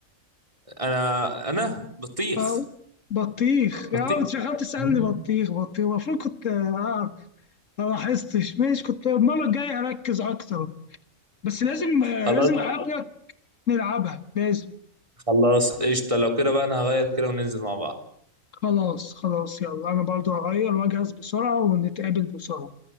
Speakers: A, on the right; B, on the left.
A: انا انا بطيخ
B: أو بطيخ يا
A: بطيخ
B: عم انت شغال تسألني
A: مم.
B: بطيخ بطيخ المفروض كنت آه، ما لاحظتش ماشي كنت المرة الجاية أركز أكتر بس لازم آه،
A: خلاص
B: لازم أقابلك نلعبها لازم
A: خلاص قشطة لو كده بقى انا هغير كده وننزل مع بعض
B: خلاص خلاص يلا أنا برضو هغير وأجهز بسرعة ونتقابل بسرعة